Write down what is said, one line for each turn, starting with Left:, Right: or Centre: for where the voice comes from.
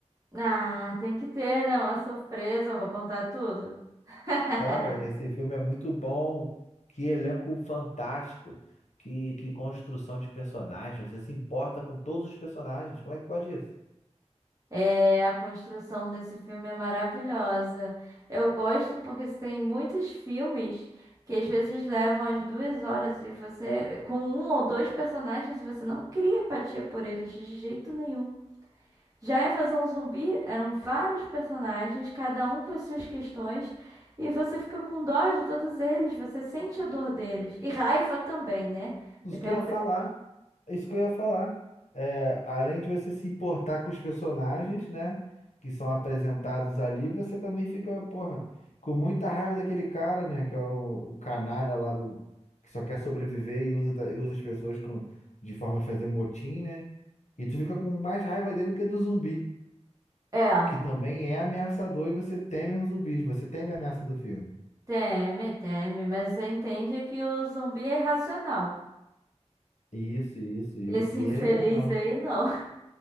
Right: Ah, tem que ter, né? Uma surpresa, eu vou contar tudo. <laughs>
Left: cara, esse filme é muito bom. Que elenco fantástico. Que, que construção de personagens. Você se importa com todos os personagens. Como é que pode isso?
Right: É, a construção desse filme é maravilhosa. Eu gosto porque tem muitos filmes que às vezes levam as duas horas e você, com um ou dois personagens, você não cria empatia por eles de jeito nenhum. Já em Invasão Zumbi eram vários personagens, cada um com as suas questões, e você fica com dó de todos eles, você sente a dor deles. E raiva também, né?
Left: Isso
Right: E tem
Left: que eu
Right: um...
Left: ia
Right: pe-
Left: falar. Isso que eu ia falar. É, além de você se importar com os personagens, né? Que são apresentados ali, você também fica, porra, com muita raiva daquele cara, né? Que é o, o canalha lá do. Que só quer sobreviver e usa, da- e usa as pessoas com, de forma de fazer motim, né? E tu fica com mais raiva dele que do zumbi,
Right: É,
Left: que também é ameaçador e você teme os zumbis, você teme a ameaça do filme.
Right: teme, teme, mas você entende que o zumbi é irracional.
Left: Isso, isso, isso.
Right: Esse
Left: E
Right: infeliz
Left: ele já não.
Right: aí, não.